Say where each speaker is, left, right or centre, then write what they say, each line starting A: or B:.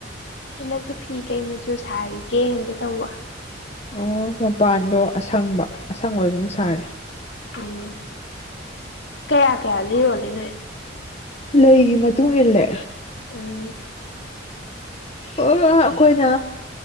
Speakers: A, on the left; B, on the left.
A: ꯍꯟꯗꯛꯇꯤ ꯐꯤ ꯀꯩ ꯃꯆꯨ ꯁꯥꯔꯤꯒꯦ ꯍꯪꯒꯦ ꯇꯧꯕ
B: ꯑꯣ ꯃꯄꯥꯟꯗꯣ ꯑꯁꯪꯕ ꯑꯁꯪꯕ ꯑꯗꯨꯝ ꯁꯥꯔꯤ
A: ꯎꯝ ꯀꯌꯥ ꯀꯌꯥꯗ ꯌꯣꯜꯂꯤ ꯅꯣꯏ
B: ꯂꯩꯒꯤ ꯃꯇꯨꯡ ꯏꯜꯂꯦ
A: ꯑꯝ
B: ꯑꯣ ꯑꯩꯈꯣꯏꯅ